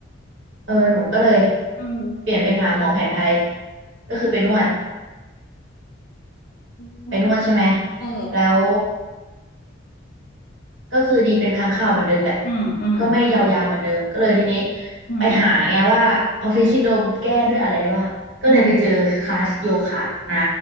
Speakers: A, on the right (about 60°); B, on the left (about 40°).
A: เออหนูก็เลย
B: ม
A: เปลี่ยนไปหาหมอแผนไทย ก็คือไปนวด
B: เพราะว่า
A: ไปนวดใช่ไหม
B: เออ
A: แล้ว ก็คือดีเป็นครั้งคราวเหมือนเดิมแหละ
B: อืมอืมอืม
A: ก็ไม่ยาวๆเหมือนเดิม ก็เลยทีนี้
B: อืม
A: ไปหาไงว่าออฟฟิศซินโดรมแก้ด้วยอะไรได้บ้าง ก็เลยไปเจอคลาสโยคะนะ
B: อืม